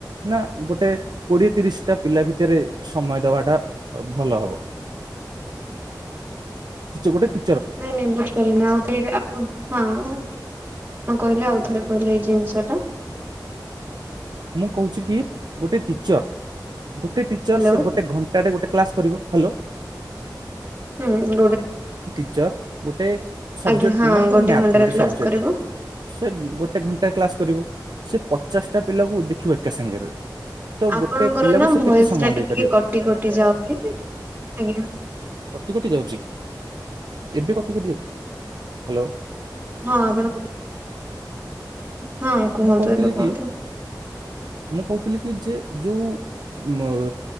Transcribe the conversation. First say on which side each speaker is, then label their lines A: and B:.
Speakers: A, on the right; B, on the right.
A: ନାଁ ଗୋଟେ କୋଡି଼ଏ ତିରିଶ ଟା ପିଲା ଭିତରେ ସମୟ ଦବାଟା ଭଲ ହବ?
B: <unintelligible>
A: ଚୌଡା କି
B: ନାଇଁ ନାଇଁ ବୁଝିପାରିଲିନି ଆଉ <inaudible> ହଁ। କଣ କହିଲେ ଆଉଥରେ କହିଲେ ଏଇ ଜିନିଷ ଟା?
A: ମୁଁ କହୁଛି କି ଗୋଟେ ଟିଚର୍ ଗୋଟେ ଟିଚର
B: ହ୍ୟାଲୋ
A: ସେ ଗୋଟେ ଘଣ୍ଟା ଗୋଟେ କ୍ଲାସ୍ କରିବ ହ୍ୟାଲୋ।
B: ହୁଁ ହୁଁ <inaudible>
A: <inaudible> ଗୋଟେ ସବଜେକ୍ଟ
B: ଆଜ୍ଞା ହଁ
A: ମନେକର ମ୍ୟାଥ୍
B: ଘଣ୍ଟାରେ
A: ଗୋଟେ
B: କ୍ଲାସ
A: ସବଜେକ୍ଟ
B: କରିବ।
A: ସେ ଗୋଟେ ଘଣ୍ଟାରେ କ୍ଲାସ୍ କରିବ ସେ ପଚାଶଟା ପିଲାକୁ ଦେଖିବ ଏକା ସାଙ୍ଗରେ ତ
B: ଆପଣଙ୍କର
A: ଗୋଟେ ପିଲାକୁ
B: ନା
A: ସେ
B: ଭୟସ
A: କେତେ ସମୟ
B: ଟା
A: ଦେଇପାରିବ
B: ଟିକେ କଟି କଟି ଯାଉଛି ଆଜ୍ଞା।
A: କଟି କଟି ଯାଉଛି ଏବେ କଟି କଟି ଯାଉଛି ହ୍ୟାଲୋ।
B: ହଁ ଆପଣ ହଁ କୁହନ୍ତୁ
A: ମୁଁ କହୁଥିଲି
B: ଏବେ କୁହନ୍ତୁ।
A: କି ମୁଁ କହୁଥିଲି କି ଯେ ଯୋଉ ଉ